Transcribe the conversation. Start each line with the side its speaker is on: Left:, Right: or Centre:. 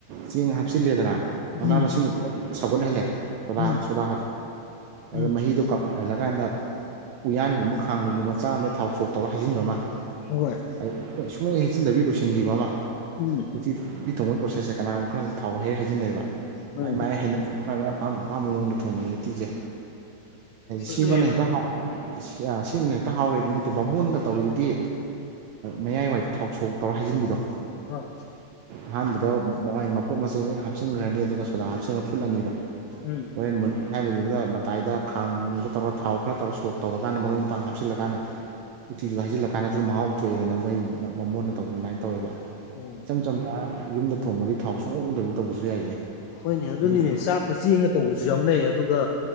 Right: ꯆꯦꯡ ꯍꯥꯞꯆꯤꯂꯦꯗꯅ
Left: ꯎꯝ
Right: ꯃꯅꯥ ꯃꯁꯤꯡ ꯁꯧꯒꯠꯍꯜꯂꯦ ꯁꯣꯗꯥ
Left: ꯎꯝ
Right: ꯁꯣꯗꯥ
Left: ꯎꯝ
Right: ꯑ ꯃꯍꯤꯗꯣ ꯀꯞꯍꯜꯂꯀꯥꯟꯗ ꯎꯌꯥꯟꯒꯨꯝꯕ ꯈꯥꯡꯒꯨꯝꯕ ꯃꯆꯥ ꯑꯃꯗ ꯊꯥꯎ ꯁꯣꯛ ꯇꯧꯔ ꯍꯥꯏꯖꯤꯟꯕ ꯑꯃ
Left: ꯍꯣꯏ
Right: ꯑꯩ ꯁꯨꯡꯍꯩ ꯍꯩꯖꯤꯟꯗꯕꯤ ꯂꯣꯏꯁꯤꯟꯈꯤꯕ ꯑꯃ
Left: ꯎꯝ
Right: ꯍꯧ ꯊꯣꯡꯕꯒꯤ ꯄ꯭ꯔꯣꯁꯦꯁꯁꯦ ꯀꯅꯥꯒꯨꯝꯕ ꯈꯔ ꯊꯥꯎ ꯍꯩꯔ ꯍꯥꯏꯖꯤꯟꯅꯩꯑꯕ
Left: ꯎꯝ
Right: ꯃꯥꯏ ꯃꯥꯏꯅ ꯃꯥꯏ ꯃꯥꯏꯝ ꯑꯄꯥꯝꯕ ꯃꯑꯣꯡꯗ ꯊꯣꯡꯅꯩ ꯎꯇꯤꯁꯦ
Left: ꯈꯦꯠꯅꯩꯌꯦꯕ
Right: ꯁꯤꯃꯅ ꯍꯦꯛꯇ ꯍꯥꯎ ꯁꯤꯃꯅ ꯍꯦꯛꯇ ꯍꯥꯎꯔꯦꯗꯤ ꯅꯠꯇꯦ ꯕꯝꯕꯣꯟꯅꯒ ꯇꯧꯔꯤꯗꯨꯗꯤ ꯃꯌꯥꯏꯋꯥꯏꯗ ꯊꯥꯎ ꯁꯣꯛ ꯇꯧꯔ ꯍꯥꯏꯖꯤꯟꯕꯤꯗꯣ
Left: ꯑꯥ
Right: ꯑꯍꯥꯟꯕꯗ ꯃ ꯃꯄꯣꯠ ꯃꯆꯩ ꯂꯣꯏꯅ ꯍꯥꯞꯆꯤꯟꯈ꯭ꯔꯅꯤ ꯑꯗꯨꯒ ꯁꯣꯗꯥ ꯍꯥꯞꯆꯤꯟꯈꯒ ꯐꯨꯠꯂꯅꯤꯕ
Left: ꯎꯝ
Right: ꯍꯣꯔꯦꯟ ꯃꯨꯠ ꯍꯥꯏꯕꯗꯨꯗ ꯃꯇꯥꯏꯗ ꯈꯥꯡꯗ ꯇꯧꯔꯒ ꯊꯥꯎ ꯈꯔ ꯇꯧꯔ ꯁꯣꯛ ꯇꯧꯔꯀꯥꯟꯗ ꯃꯔꯣꯏ ꯃꯄꯥꯡ ꯍꯥꯞꯆꯤꯜꯂꯀꯥꯟꯗ ꯎꯊꯤꯗꯨꯗ ꯍꯖꯤꯜꯂ ꯀꯥꯟꯗ ꯑꯗꯨꯝ ꯃꯍꯥꯎ ꯊꯣꯛꯑꯦꯗꯅ ꯃꯣꯏꯅ ꯕꯃꯣꯟꯅ ꯇꯧꯕ ꯑꯗꯨꯃꯥꯏꯅ ꯇꯧꯋꯦꯕ
Left: ꯎꯝ
Right: ꯏꯆꯝ ꯆꯝꯅ ꯌꯨꯝꯗ ꯊꯣꯡꯕꯗꯤ ꯊꯥꯎ ꯁꯨꯡ ꯉꯧꯗꯕꯤ ꯇꯧꯕꯁꯨ ꯌꯥꯏꯌꯦ
Left: ꯍꯣꯏꯅꯦ ꯑꯗꯨꯅꯤꯅꯦ
Right: ꯑꯗꯨꯁꯨ
Left: ꯆꯥꯛꯇ ꯆꯦꯡꯒ ꯇꯧꯕꯁꯨ ꯌꯥꯎꯅꯩ ꯑꯗꯨꯒ